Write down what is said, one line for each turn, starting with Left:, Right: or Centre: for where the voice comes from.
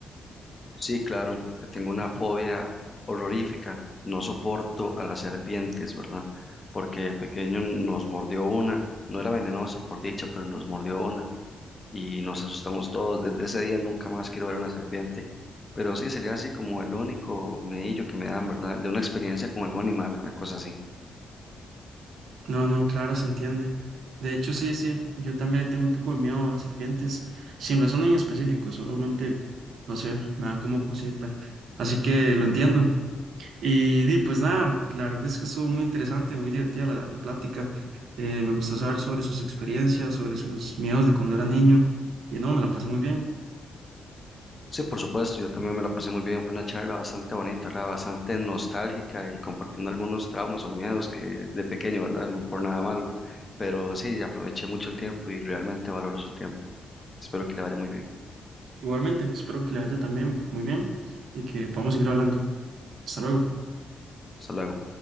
Left: Sí, claro, que tengo una fobia horrorífica. No soporto a las serpientes, ¿verdad? Porque de pequeño nos mordió una. No era venenosa, por dicha, pero nos mordió una. Y nos asustamos todos. Desde ese día nunca más quiero ver una serpiente. Pero sí, sería así como el único medillo que me dan, ¿verdad? De una experiencia con algún animal, una cosa así.
Right: No, no, claro, se entiende. De hecho, sí, sí, yo también le tengo un poco de miedo a las serpientes, sin razón en específico, solamente, no sé, me dan como cosita. Así que lo entiendo. Y, di, pues nada, la verdad es que estuvo muy interesante, muy divertida la, la plática. Eh, me gustó saber sobre sus experiencias, sobre sus miedos de cuando era niño. Y no, me la pasé muy bien.
Left: Sí, por supuesto, yo también me la pasé muy bien, fue una charla bastante bonita, ¿verdad? Bastante nostálgica y compartiendo algunos traumas o miedos que de pequeño, ¿verdad? No por nada malo, pero sí, aproveché mucho el tiempo y realmente valoro su tiempo. Espero que le vaya muy bien.
Right: Igualmente, espero que le vaya también muy bien y que podamos seguir hablando. Hasta luego.
Left: Hasta luego.